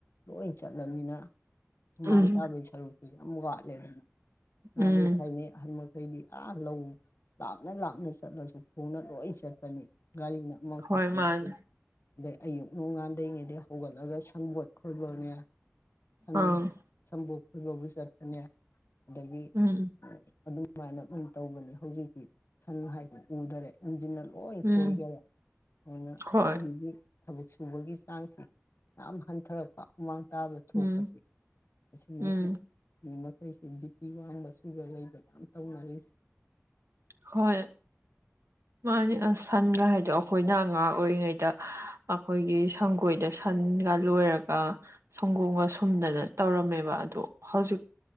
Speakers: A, on the left (about 55°); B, on the right (about 65°).
A: ꯂꯣꯏ ꯆꯠꯂꯝꯅꯤꯅ ꯍꯨꯃꯥꯡ
B: ꯎꯝ
A: ꯇꯥꯕꯩ ꯁꯔꯨꯛ ꯌꯥꯝ ꯋꯥꯠꯂꯦꯗꯅ ꯅꯍꯥꯥꯟ
B: ꯎꯝ
A: ꯂꯣꯏ ꯊꯥꯏꯅꯩ ꯑꯍꯟ ꯃꯈꯩꯗꯤ ꯑꯥ ꯂꯧ ꯂꯥꯞꯅ ꯂꯥꯞꯅ ꯆꯠꯂꯁꯨ ꯈ‌ꯣꯡꯅ ꯂꯣꯏ ꯆꯠꯄꯅꯤ ꯒꯥꯔꯤꯅ ꯑꯃ
B: ꯍꯣꯏ
A: ꯆꯠꯄ
B: ꯃꯥꯅꯦ
A: ꯅꯠꯇꯦ ꯑꯗꯩ ꯑꯌꯨꯛ ꯅꯨꯡꯉꯥꯟꯗ꯭ꯔꯤꯉꯩꯗꯒꯤ ꯍꯧꯒꯠꯂꯒ ꯁꯪꯕꯣꯠ ꯈꯣꯏꯕꯅꯦ ꯁꯟ
B: ꯑꯥ
A: ꯁꯝꯕꯣꯛ ꯈꯣꯏꯕꯕꯨ ꯆꯠꯄꯅꯦ ꯑꯗꯒꯤ
B: ꯎꯝ
A: ꯑꯗꯨꯃꯥꯏꯅ ꯂꯣꯏ ꯇꯧꯕꯅꯦ ꯍꯧꯖꯤꯛꯇꯤ ꯁꯟ ꯍꯥꯏꯗꯤ ꯎꯗꯔꯦ ꯍꯟꯖꯤꯟꯅ ꯂꯣꯏ
B: ꯎꯝ
A: ꯈꯣꯏꯈꯔꯕ ꯑꯗꯨꯅ
B: ꯍꯣꯏ
A: ꯍꯧꯖꯤꯛꯒꯤ ꯊꯕꯛ ꯁꯨꯕꯒꯤ ꯆꯥꯡꯁꯤ ꯌꯥꯝ ꯍꯟꯊꯔꯛꯄ ꯃꯃꯥꯡ ꯇꯥꯕ ꯊꯣꯛꯄꯁꯤ
B: ꯎꯝ
A: ꯑꯁꯤꯅ
B: ꯎꯝ
A: ꯃꯁꯨꯨꯝ ꯃꯤ ꯃꯈꯩꯁꯦ ꯕꯤ ꯄꯤ ꯋꯥꯡꯕ ꯁꯨꯒꯔ ꯂꯩꯕ ꯌꯥꯝ ꯇꯧꯅꯔꯤꯁꯦ
B: ꯍꯣꯏ ꯃꯥꯅꯤ ꯑ ꯁꯟꯒ ꯍꯥꯏꯗꯣ ꯑꯩꯈꯣꯏꯅ ꯑꯉꯥꯡ ꯑꯣꯏꯔꯤꯉꯩꯗ ꯑꯩꯈꯣꯏꯒꯤ ꯁꯪꯒꯣꯏꯗ ꯁꯟꯒ ꯂꯣꯏꯔꯒ ꯁꯪꯒꯣꯝꯒ ꯁꯨꯝꯗꯅ ꯇꯧꯔꯝꯃꯦꯕ ꯑꯗꯣ ꯍꯧꯖꯤꯛ